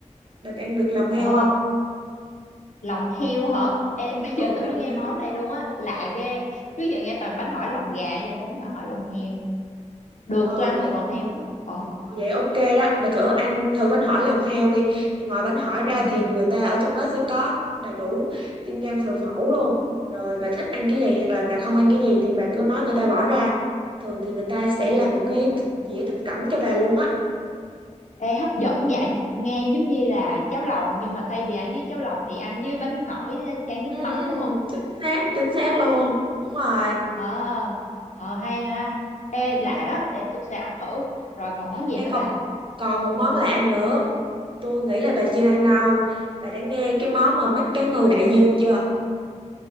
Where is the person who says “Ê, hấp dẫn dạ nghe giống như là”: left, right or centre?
Left